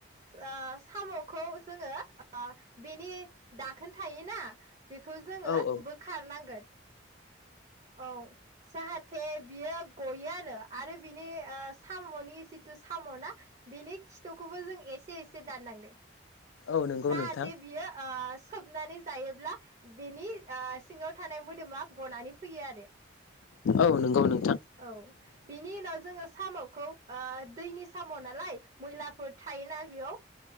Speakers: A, on the right; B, on the left.
A: ओ सामखौ जोङो ओ बेनि दाखोन थायोना? बेखौ जोङो
B: औ औ
A: बोखारनांगोन। औ जाहाथे बियो गयो आरो आरो बिनि ओ सामनि जिथु सामना बिनि खि थुखौबो जों एसे एसे दाननागोन
B: औ नंगौ
A: जाहाथे
B: नोंथां
A: बियो ओ सोबनानै जायोब्ला बेनि ओ सिङाव थानाय मोदोमा गनानै फैयो आरो
B: औ नंगौ नोंथां
A: औ बिनि उनाव जोङो साम'खौ ओ दैनि साम' नालाय मैलाफोर थायोना बेयाव